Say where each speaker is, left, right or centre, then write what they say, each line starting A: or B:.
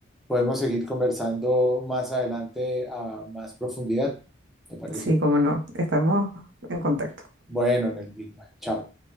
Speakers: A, in the centre; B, on the right (about 75°).
A: podemos seguir conversando más adelante a más profundidad, ¿te parece?
B: Sí, cómo no, estamos en contacto.
A: Bueno, en el Bigma. Chao.